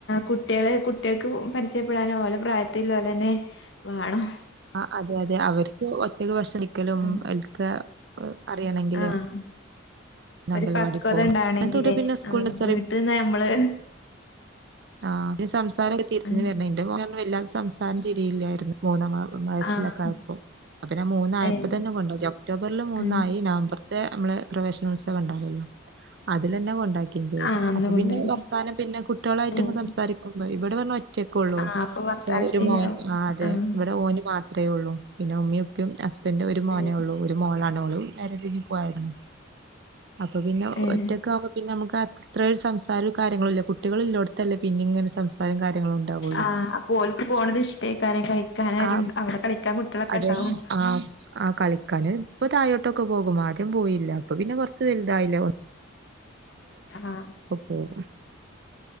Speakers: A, on the left (about 60°); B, on the right (about 55°).
A: കുട്ടികള് കുട്ടികൾക്ക് പരിചയപ്പെടാൻ ഓല പ്രായ ത്തിലോല്ലന്നെ വേണം
B: ആ അതെ അതെ അവർക്ക് ഒറ്റക്ക് വഷം നിക്കലും
A: ഉം
B: എൽക്ക അറിയണെങ്കില്
A: ആഹ് <inaudible>
B: അംഗങ്കൽവാടി
A: പക്വത
B: പോകും
A: ഉണ്ടാവണെങ്കിലേ
B: അങ്ങനത്തൊട്ട് പിന്നെ സ്കൂളി
A: ആഹ്
B: <unintelligible>
A: വീട്ടിന്ന് നമ്മള്
B: ആഹ് സംസാരക്കെ തിരിഞ്ഞു
A: ആഹ്
B: വരണം എന്റെ മോനും വല്ലാതെ സംസാരം തിരിയില്ലായിരുന്നു മൂന്നാം മ വയസ്സിലൊക്കെ
A: ആഹ്
B: ആയപ്പോ അപ്പന്നെ മൂന്നായപ്പോ
A: ഏഹ്
B: തന്നെ കൊണ്ടോയി ഒക്ടോബറിൽ മൂന്നായി
A: ഏഹ്
B: നവംബർ നമ്മള് പ്രവേശന ഉത്സവം ഉണ്ടാവല്ലോ അതിലന്നെ കൊണ്ട ചെയ്തു
A: ആഹ് അന്ന്
B: അപ്പൊ
A: കൊണ്ടോയി
B: പിന്നെ വർത്താനം പിന്നെ കുട്ടിളായിട്ട്
A: ഏഹ്
B: സംസാരിക്കുമ്പോ ഇവിടെ പറഞ്ഞ ഒറ്റക്കുള്ളൂ
A: ആഹ് അപ്പൊ വർത്താനം
B: ഇപ്പ ഒരു
A: ശരിയാവും
B: മോൻ ആ അതെ
A: ആഹ്
B: ഇവിടെ ഓന് മാത്രമേ ഉള്ളൂ പിന്നെ ഉമ്മിയുപ്പും ഹസ്ബൻ്റും ഒരു മോനേ
A: ഏഹ്
B: ഉള്ളൂ ഒരു മോളാണ് ഓള് മരേജ് ചെയ്തു പോയാരുന്നു അപ്പൊ പിന്നെ
A: ഏഹ്
B: ഒറ്റക്കെ ആവുമ്പോ പിന്നെ നമുക്ക് അത്ര ഒരു സംസാരവും കാര്യങ്ങളും ഇല്ല കുട്ടികള ഇല്ലേടത് ല്ലേ പിന്നെ ഇങ്ങന സംസാരം കാര്യങ്ങളും ഉണ്ടാവുള്ളു
A: ആഹ് അപ്പൊ ഓൽക്ക് പോകണ ഇഷ്ട്ടേകാരം കിക്കാനരുണ്ട്
B: ആ
A: അവിടെ കളിക്കാൻ കുട്ടികളൊക്കെ
B: അതെ
A: ഉണ്ടാവും
B: ആ ആ കളിക്കാന് ഇപ്പൊ തായഴോട്ടൊക്കെ പോകും ആദ്യം പോയില്ല അപ്പൊ പിന്നെ കുറച്ച് വലുതായില്ല
A: ആ
B: പോകും